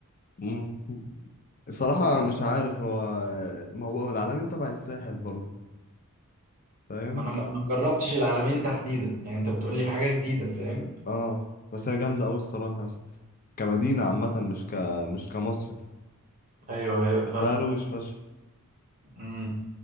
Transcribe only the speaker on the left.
امم الصراحة
مش عارف هو ما هو العالمين تبع الساحل برضه فاهم
اه بس هي جامدة أوي الصراحة يا اسطى كمدينة عامة مش ك مش كمصيف
شكلها روش فشخ